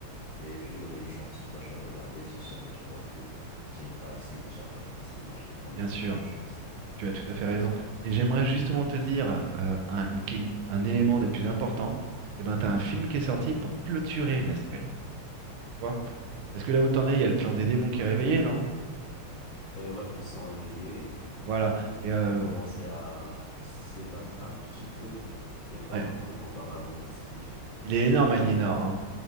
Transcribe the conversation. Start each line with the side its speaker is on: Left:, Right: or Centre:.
Left: mais je vais donner une chance. Tu vois, je vais regarder. Si jamais je vois que j'aime pas la suite, j'arrête. Mais sinon, je vais quand même
Right: bien sûr.
Left: donner une chance.
Right: Tu as tout à fait raison. Et j'aimerais justement te dire euh, un, une- un élément des plus importants. Et ben, t'as un film qui est sorti pour clôturer la série. Tu vois? Parce que là où t'en es, il y a le clan des démons qui est réveillé, non?
Left: Et ouais, ils sont réveillés.
Right: Voilà.
Left: Ils
Right: Et euh,
Left: ont commencé à se battre un petit peu. Il n'y a pas
Right: ouais,
Left: encore de combat vraiment décisif.
Right: il est énorme, Aliénor, hein.